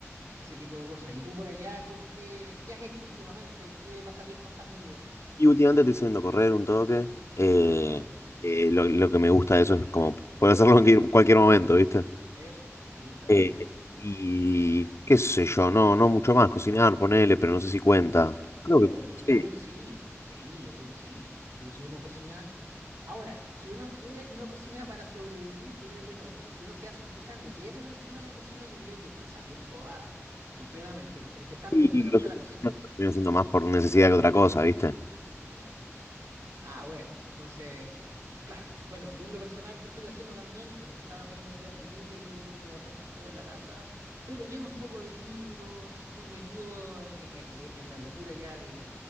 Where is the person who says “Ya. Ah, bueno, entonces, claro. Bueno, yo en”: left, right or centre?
Right